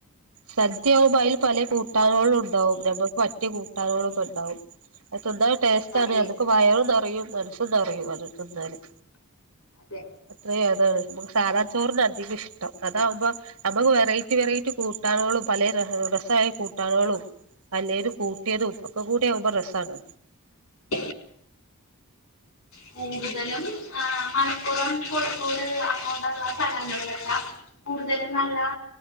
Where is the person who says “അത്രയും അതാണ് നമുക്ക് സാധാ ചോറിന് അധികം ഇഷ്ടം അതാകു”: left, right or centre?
Right